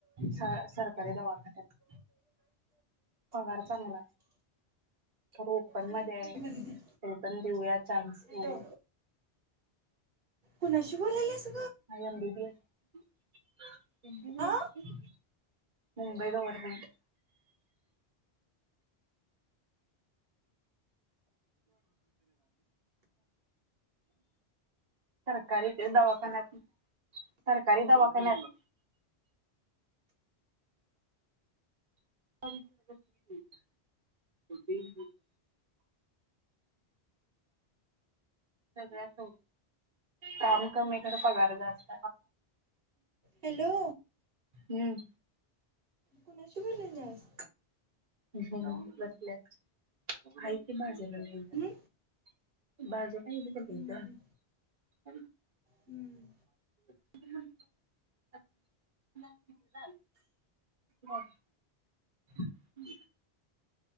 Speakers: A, on the right; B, on the right.
A: स सरकारी दवाखान्यात. पगार चांगला तर उत्पन्न
B: तुझं
A: दया
B: फ्रीज मध्ये दे.
A: वेतन देऊयात चान्स
B: हॅलो
A: म्हणून.
B: कुणाशी बोलेलीस.
A: All the best. <unintelligible>
B: हा
A: मुंबई गव्हर्नमेंट. सरकारी ते दवाखान्यात सरकारी दवाखान्यात. <unintelligible> सगळाच सोस काम कमी तर पगार जास्त.
B: हॅलो!
A: हूं!
B: कुणाशी बोललेली आज.
A: हं हं बसल्यात. हायती मस्त.
B: हम्म
A: <unintelligible> बाज. <unintelligible>
B: हम्म
A: <unintelligible>
B: हम्म
A: <inaudible> <unintelligible> <inaudible>